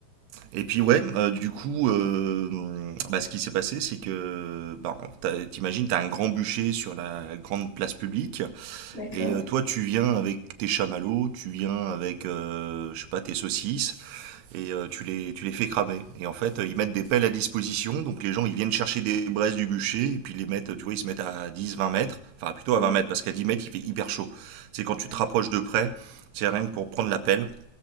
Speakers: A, on the right (about 85°); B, on the left (about 55°).
A: et puis ouais, euh, du coup, euh, bah, ce qui s'est passé, c'est que, bah, t'as- t'imagines, t'as un grand bûcher sur la grande place publique,
B: d'accord.
A: et euh, toi, tu viens avec tes chamallows, tu viens avec, euh, je sais pas, tes saucisses, et euh, tu, les, tu les fais cramer. Et en fait, euh, ils mettent des pelles à disposition, donc les gens ils viennent chercher des braises du bûcher, et puis ils les mettent, tu vois, ils se mettent à 10 20 mètres, enfin plutôt
B: Donc,
A: à 20 mètres, parce qu'à 10 mètres il fait hyper chaud. C'est quand tu
B: ouais,
A: te rapproches de près, c'est rien que pour prendre la pelle,